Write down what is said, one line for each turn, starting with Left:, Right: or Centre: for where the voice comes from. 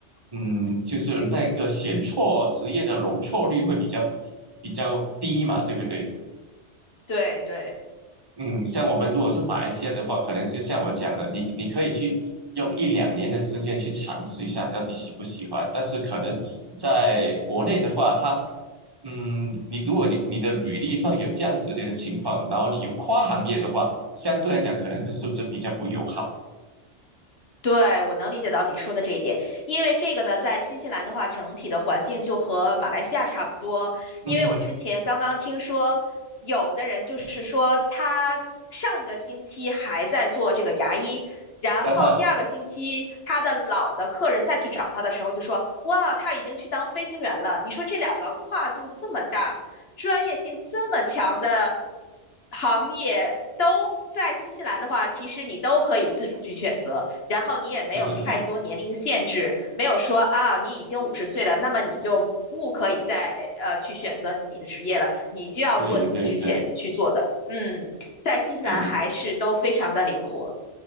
Right: 嗯，就是那个选错职业的容错率会比较比较低嘛，对不对？
Left: 对对。
Right: 嗯，像我们如果是马来西亚的话，可能就像我讲的，你你可以去用一两年的时间去尝试一下，到底喜不喜欢。但是可能在国内的话，它，嗯，你如果你你的履历上有这样子的情况，然后你又跨行业的话，相对来讲可能会是不是比较不友好？
Left: 对，我能理解到你说的这一点，因为这个呢，在新西兰的话，整体的环境就和马来西亚差不多。
Right: 嗯，
Left: 因为我之前刚刚听说，有的人就是说他上一个星期还在做这个牙医，然后第二个星期他的老的客人再去找他的时候，
Right: 那哈，
Left: 就说哇，他已经去当飞行员了。你说这两个跨度这么大，专业性这么强的行业都。在新西兰的话，其实你都可以自主去选择，然后你也没有太多年龄的限制，
Right: 是是是是，
Left: 没有说啊你已经五十岁了，那么你就不可以再呃去选择你的职业了，你就要做你之前去做的。
Right: 对对对
Left: 嗯，在新西兰还是都非常的灵活。
Right: 对对，